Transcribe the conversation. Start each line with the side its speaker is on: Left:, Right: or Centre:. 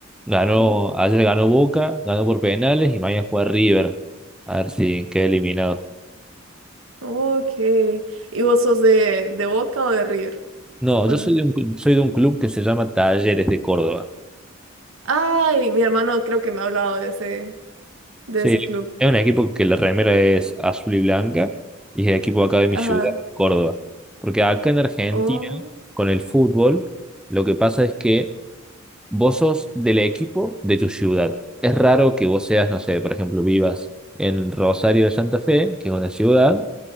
Centre: ganó, ayer ganó Boca, ganó por penales y mañana juega River, a ver si <laughs> queda eliminado.
Right: Ok. ¿Y vos sos de, de Boca o de River?
Centre: No,
Right: ¿De cuál?
Centre: yo soy de un, cl- soy de un club que se llama Talleres de Córdoba.
Right: Ay, mi hermano creo que me ha hablado de ese, de
Centre: Sí,
Right: ese club.
Centre: es un equipo que la remera es azul y blanca y es el equipo acá de mi
Right: Ajá.
Centre: ciudad, Córdoba. Porque acá en Argentina,
Right: Oh,
Centre: con el fútbol, lo que pasa es que vos sos del equipo de tu ciudad. Es raro que vos seas, no sé, por ejemplo, vivas en Rosario de Santa Fe, que es una ciudad,